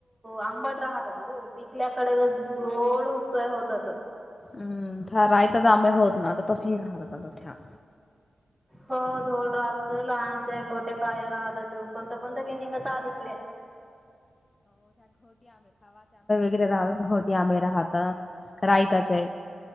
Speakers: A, on the right (about 15°); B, on the left (about 40°).
A: आंबट राहतात पिकल्याकडे गोड होसय होतात
B: हम्म रायत आमही होत ना आता तसही राहत आता त्या
A: हो धोड राहत हो लहानच गोट्या काय राहतात कोणत कोणत गिनिंगत आहात इिकडे
B: गैरे राहत घोटी आंबे राहत रायताचे